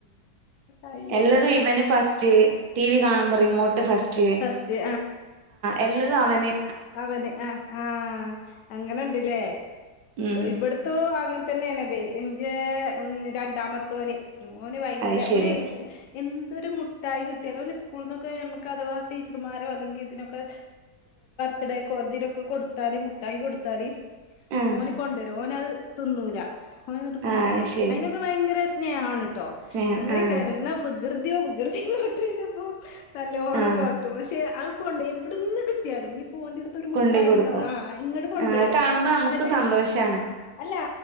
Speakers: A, on the left (about 65°); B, on the right (about 75°).
A: അത് ശരിയാ
B: എല്ലതും ഇവന് ഫസ്റ്റ് ടി വി കാണുമ്പോ റിമോട്ട് ഫസ്റ്റ്
A: ഫസ്റ്റ്
B: എല്ല അത് അവനെ
A: അവനെ ആഹ് ആഹ അങ്ങനെ ഉണ്ടില്ലേ
B: ഉം
A: ഇവിടുത്ത അങ്ങന തന്നെയാണ്േ ഇഞ്ച് രണ്ടാമത്തെ ധ്വന ഉ ഓന് ഭയങ്കര
B: അത് ശരി
A: ഓന് എ ഇതൊരു മുട്ടായി കിട്ടി അപോലെ സ്കൂള നിന്നക്കെ നമുക്ക് അഥവാ ടീച്ചർമാരോ അല്ലെങ്ക ഇതിനൊക്കെ കടയൊക്കെ കുറുദൊക്കെ കൊടുാറി മുട്ടായി കൊടുത്താറി
B: ആഹ്
A: ഓന് കൊണ്ടുവരും ഓന തുന്നൂല ിട്ട് കൊണ്ടുവരും
B: ആഹ് ശരി
A: അതിനൊക്കെ ഭയങ്കര സ്നേഹമാണ്ട്ട ട്ടോ
B: സ്നേഹം
A: അങ്ങനെ
B: ആഹ്
A: എന്ന പ്രകൃതിോകൃതിട്ടപ്പം നല്ല ഓണം
B: ആഹ്
A: കാട്ടും പക്ഷെ ണ്ട് എവിടുന്ന് കിട്ടിയാലും പൂവന്ടുത്ത് ഒരു മുട്ട
B: കൊണ്ടോയി കൊടുക്കും
A: ഉണ്ടോ ആഹ് ഇങ്ങോട്ട കൊണ്ടുവരുോ
B: ആഹ് അത് കാണുമ്പോ നമുക്ക്
A: എന്നിട്ട്
B: സന്തോഷാണ്
A: അല്ല